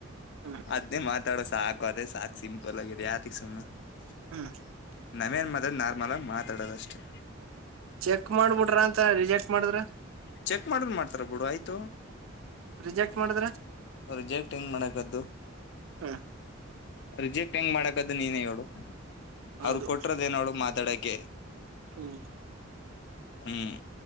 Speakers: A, on the right; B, on the left.
A: ಹ್ಮ್
B: ಅದೇನೇ ಮಾತಾಡಸ್ ಸಾಕು ಅದೇ ಸಾಕು ಸಿಂಪಲ್ಲಗರಿ ಯಾತಕಿ ಸುಮ್ನಾ <unintelligible>
A: ಹ್ಮ್
B: ನಮೇನ್ ಮದ ನಾ ಮಲ ಮಾತಾಡೋದಷ್ಟೇ
A: ಚೆಕ್ ಮಾಡ್ಬಿಡ್ರ ಅಂತ ರಿಜೆಕ್ಟ್ ಮಾಡಿದ್ರ
B: ಚೆಕ್ ಮಾಡ್ರ್ ಮಾಡ್ತಾರ ಬಿುಡು ಆಯ್ತು
A: ರಿಜೆಕ್ಟ್ ಮಾಡಿದ್ರ
B: ರಿಜೆಕ್ಟ್ ಹೆಂಗ್ ಮಾಡಕದ್ದು
A: ಹ್ಮ್
B: ರಿಜೆಕ್ಟ್ ಹೆಂಗ್ ಮಾಡಕದು ನೀನೇ ಹೇಳು
A: ಹೌದು
B: ಅವರು ಕೊಟ್ರದೇ ಎನ್ ಹೇಳು ಮಾತಾಡಕ್ಕೆ
A: ಹ್ಮ್
B: ಹ್ಮ್